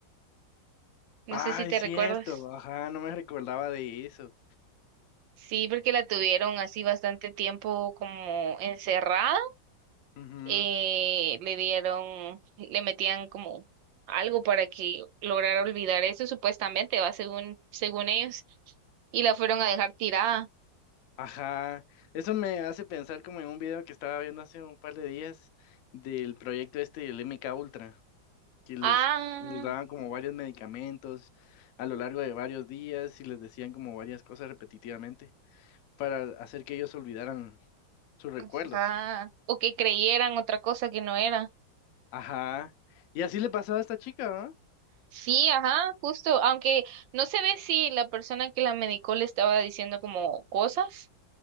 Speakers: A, on the right; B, on the left.
A: No
B: Ah,
A: sé si
B: es
A: te
B: cierto.
A: recuerdas.
B: Ajá, no me recordaba de eso.
A: Sí, porque la tuvieron así bastante tiempo como encerrada.
B: Ujú.
A: eh, le dieron, le metían como algo para que lograra olvidar eso, supuestamente, va según, según ellos, y la fueron a dejar tirada.
B: Ajá, eso me hace pensar como en un video que estaba viendo hace un par de días del proyecto este del MK Ultra. que los
A: Ah,
B: les daban como varios medicamentos a lo largo de varios días y les decían como varias cosas repetitivamente para hacer que ellos olvidaran sus recuerdos.
A: ajá. O que creyeran otra cosa que no era.
B: Ajá. Y así le pasaba a esta chica, ¿verdad?
A: Sí, ajá, justo, aunque no se ve si la persona que la medicó le estaba diciendo como cosas,